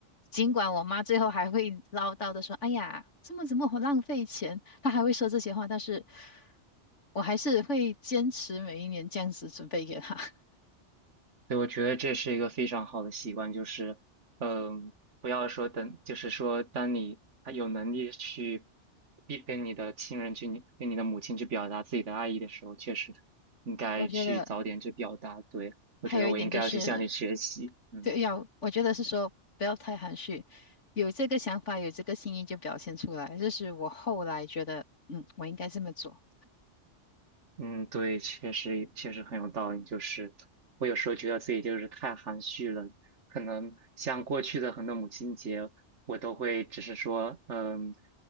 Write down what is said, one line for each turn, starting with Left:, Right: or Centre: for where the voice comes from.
Left: 尽管我妈最后还会唠叨的说：“哎呀，这么怎么好浪费钱？”她还会说这些话，但是我还是会坚持每一年这样子准备给她。<laughs>
Right: 对，我觉得这是一个非常好的习惯，就是，嗯，不要说等，就是说，当你还有能力去一跟你的亲人去，你跟你的母亲去表达自己的爱意的时候，确实应该去早点去表达。
Left: 我觉得
Right: 对，我觉得我应该要去向你学习。
Left: 还有一点就是，
Right: 嗯。
Left: 对，要我觉得是说不要太含蓄，有这个想法，有这个心意就表现出来。这是我后来觉得，嗯，我应该这么做。
Right: 嗯，对，确实确实很有道理。就是我有时候觉得自己就是太含蓄了，可能像过去的很多母亲节，我都会只是说，嗯，